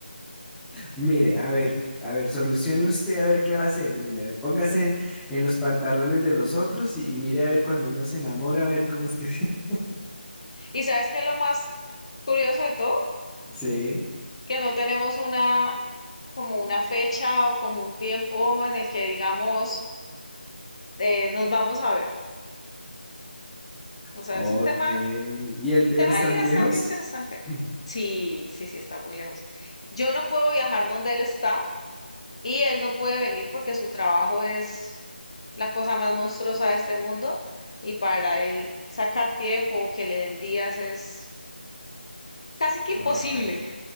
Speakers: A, in the centre; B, on the left.
A: Mire, a ver, a ver, solucione usted a ver qué va a hacer. Mire, póngase en los pantalones de los otros y, y mire a ver cuando uno se enamora, a ver cómo es que se- <laughs>
B: ¿Y sabes qué es lo más curioso de todo?
A: Sí,
B: Que no tenemos una, como una fecha o como un tiempo en el que digamos, eh, nos vamos a ver. O sea,
A: ok.
B: es un tema,
A: ¿Y él,
B: un
A: él
B: tema
A: está
B: ahí
A: muy
B: bastante
A: lejos?
B: interesante.
A: <clears throat>
B: Sí, sí, sí, está muy lejos. Yo no puedo viajar donde él está y él no puede venir porque su trabajo es la cosa más monstruosa de este mundo y para él sacar tiempo o que le den días es casi que
A: Wow.
B: imposible.